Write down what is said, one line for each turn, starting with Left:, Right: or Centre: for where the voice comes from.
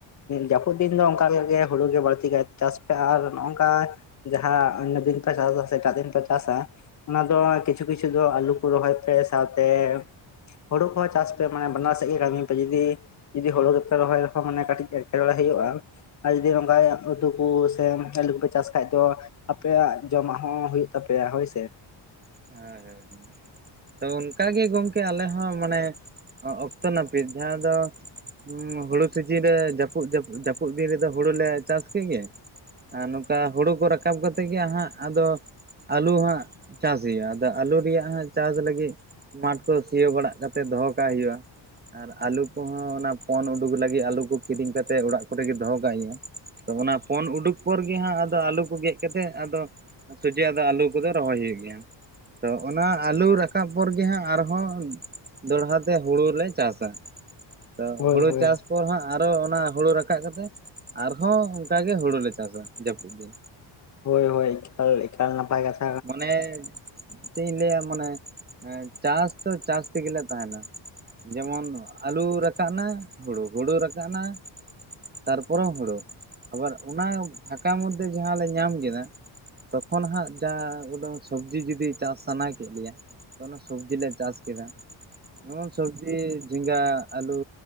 Left: ᱡᱟᱹᱯᱩᱫ ᱫᱤᱱ ᱫᱚ ᱚᱱᱠᱟ ᱜᱮ ᱦᱩᱲᱩ ᱜᱮ ᱵᱟᱹᱲᱛᱤ ᱠᱟᱭᱛᱮ ᱪᱟᱥ ᱯᱮ ᱟᱨ ᱱᱚᱜᱼ ᱱᱚᱝᱠᱟ ᱡᱟᱦᱟᱸ ᱟᱱᱱᱭᱟ ᱫᱤᱱ ᱯᱮ ᱪᱟᱥᱟ ᱥᱮ ᱮᱴᱟᱜ ᱫᱤᱱ ᱯᱮ ᱪᱟᱥᱟ <unintelligible> ᱠᱤᱪᱷᱩ ᱠᱤᱪᱷᱩ ᱫᱚ ᱟᱹᱞᱩ ᱠᱚ ᱨᱚᱦᱚᱭ ᱯᱮ ᱥᱟᱶᱛᱮ ᱦᱩᱲᱩ ᱠᱚᱦᱚᱸ ᱪᱟᱥ ᱯᱮ ᱢᱟᱱᱮ ᱵᱟᱱᱟᱨ ᱥᱮᱫ ᱜᱮ ᱠᱟᱹᱢᱤ ᱯᱮ ᱡᱩᱫᱤ ᱡᱩᱫᱤ ᱦᱩᱲᱩ ᱜᱮᱯᱮ ᱨᱚᱦᱚᱭ ᱨᱮᱦᱚᱸ ᱢᱟᱱᱮ ᱠᱟᱹᱴᱤᱡ ᱮᱴᱠᱮᱴᱲᱬᱮ ᱦᱩᱭᱩᱜᱼᱟ᱾ ᱟᱨ ᱡᱩᱫᱤ ᱚᱝᱠᱟᱭᱟᱜ ᱩᱛᱩ ᱠᱚ ᱥᱮ ᱟᱹᱞᱩ ᱠᱚᱯᱮ ᱪᱟᱥ ᱠᱷᱟᱡ ᱫᱚ ᱟᱯᱮᱭᱟᱜ ᱡᱚᱢᱟᱜ ᱦᱚᱸ ᱦᱩᱭᱩᱜ ᱛᱟᱯᱮᱭᱟ ᱦᱳᱭ ᱥᱮ᱾
Right: <unintelligible> ᱛᱚ ᱚᱱᱠᱟ ᱜᱮ ᱜᱚᱝᱠᱮ ᱟᱞᱮ ᱦᱚᱸ ᱢᱟᱱᱮ ᱚᱠᱛᱚ ᱱᱟᱹᱯᱤᱛ ᱡᱟᱦᱟᱸ ᱫᱚ ᱦᱩᱸ ᱦᱩᱲᱩ ᱥᱤᱡᱮᱱ ᱨᱮ ᱡᱟᱹᱯᱩᱫ ᱡᱟᱹᱯᱩᱫ ᱡᱟᱹᱯᱩᱫ ᱫᱤᱱ ᱨᱮᱫᱚ ᱦᱩᱲᱩ ᱞᱮ ᱪᱟᱥ ᱠᱤ ᱜᱮ᱾ ᱟᱨ ᱱᱚᱝᱠᱟ ᱦᱩᱲᱩ ᱠᱚ ᱨᱟᱠᱟᱵ ᱠᱟᱛᱮᱫ ᱜᱮ ᱦᱟᱸᱜ ᱟᱫᱚ ᱟᱹᱞᱩ ᱦᱟᱸᱜ ᱪᱟᱥ ᱦᱩᱭᱩᱜᱼᱟ ᱟᱫᱚ ᱟᱹᱞᱩ ᱨᱮᱭᱟᱜ ᱦᱟᱸᱜ ᱪᱟᱥ ᱞᱟᱹᱜᱤᱫ ᱢᱟᱴᱷ ᱠᱚ ᱥᱤᱭᱳ ᱵᱟᱲᱟᱜ ᱠᱟᱛ ᱛᱮ ᱫᱚᱦᱚ ᱠᱟᱜ ᱦᱩᱭᱩᱜᱼᱟ ᱟᱨ ᱟᱹᱞᱩ ᱠᱚᱦᱚᱸ ᱚᱱᱟ ᱯᱚᱱ ᱩᱰᱩᱠ ᱞᱟᱹᱜᱤᱫ ᱟᱹᱞᱩ ᱠᱚ ᱠᱤᱨᱤᱧ ᱠᱟᱛᱮᱫ ᱚᱲᱟᱜ ᱠᱚᱨᱮ ᱜᱮ ᱫᱚᱦᱚ ᱠᱟᱜ ᱦᱢᱭᱩᱜ-ᱟ᱾ ᱛᱚ ᱚᱱᱟ ᱯᱚᱱ ᱩᱰᱩᱠ ᱯᱚᱨ ᱜᱮ ᱦᱟᱸᱜ ᱟᱫᱚ ᱟᱹᱞᱩ ᱠᱚ ᱜᱮᱫ ᱠᱟᱛᱮᱜ ᱟᱫᱚ ᱥᱚᱡᱷᱮ ᱫᱚ ᱟᱹᱞᱩ ᱠᱚᱫᱚ ᱨᱚᱦᱚᱭ ᱦᱩᱭᱩᱜ ᱜᱮᱭᱟ᱾ ᱛᱚ ᱚᱱᱟ ᱟᱹᱞᱩ ᱨᱟᱠᱟᱵ ᱯᱚᱨ ᱜᱮ ᱦᱟᱸᱜ ᱟᱨᱦᱚᱸ ᱫᱚᱦᱲᱟ ᱛᱮ ᱦᱩᱲᱩᱞᱮ ᱪᱟᱥᱟ᱾ ᱛᱚ
Left: ᱦᱳᱭ
Right: ᱦᱩᱲᱩ
Left: ᱦᱳᱭ
Right: ᱪᱟᱥ ᱯᱚᱨ ᱦᱟᱸᱜ ᱟᱨᱦᱚᱸ ᱚᱱᱟ ᱦᱩᱲᱩ ᱨᱟᱠᱟᱵ ᱠᱟᱛᱮ ᱟᱨᱦᱚᱸ ᱚᱱᱠᱟ ᱜᱮ ᱦᱩᱲᱩ ᱞᱮ ᱪᱟᱥᱟ ᱡᱟᱹᱯᱩᱫ ᱫᱤᱱ᱾
Left: ᱦᱳᱭ ᱦᱳᱭ᱾ ᱮᱠᱟᱞ ᱮᱠᱟᱞ ᱱᱟᱯᱟᱭ ᱠᱟᱛᱷ
Right: ᱚᱱᱮ ᱪᱮᱫ ᱤᱧ ᱞᱟᱹᱭᱟ ᱢᱟᱱᱮ ᱮᱸ ᱪᱟᱥ ᱫᱚ ᱪᱟᱥ ᱛᱮᱜᱮ ᱞᱮ ᱛᱟᱦᱮᱱᱟ᱾ ᱡᱮᱢᱚᱱ ᱟᱹᱞᱩ ᱨᱟᱠᱟᱵ ᱱᱟ ᱦᱩᱲᱩ ᱦᱩᱲᱩ ᱨᱟᱠᱟᱵ ᱱᱟ ᱛᱟᱨ ᱯᱚᱨᱮ ᱦᱚᱸ ᱦᱩᱲᱩ ᱟᱵᱟᱨ ᱚᱱᱟ ᱯᱷᱟᱠᱟ ᱢᱚᱫᱽᱫᱷᱮ ᱡᱟᱦᱟᱸᱞᱮ ᱧᱟᱢ ᱠᱮᱫᱟ ᱛᱚᱠᱷᱚᱱ ᱦᱟᱸᱜ ᱡᱟᱦᱟᱸ ᱩᱰᱟᱹᱝ ᱥᱚᱵᱡᱤ ᱡᱩᱫᱤ ᱪᱟᱥ ᱥᱟᱱᱟ ᱠᱮᱫ ᱞᱮᱭᱟ, ᱛᱚ ᱚᱱᱟ ᱥᱚᱵᱡᱤ ᱞᱮ ᱪᱟᱥ ᱠᱮᱫᱟ᱾ ᱡᱮᱢᱚᱱ ᱥᱚᱵᱡᱤ ᱡᱷᱤᱸᱜᱟ ᱟᱹᱞᱩ,